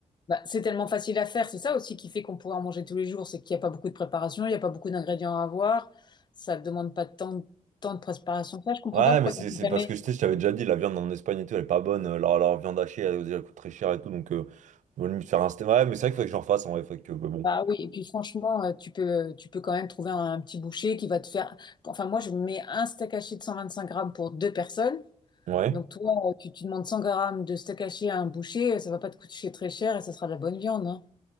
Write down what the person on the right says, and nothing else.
Ouais,
mais c'est
c'est
parce
que je sais, je t'avais déjà dit, la viande en Espagne et tout, elle est pas bonne. euh, Leur, leur viande hachée, elle, elle coûte très cher et tout. Donc, euh, vaut mieux faire un steak. Ouais, mais c'est vrai qu'il faudrait que j'en fasse en vrai. faudrait que. mais bon.
Ouais.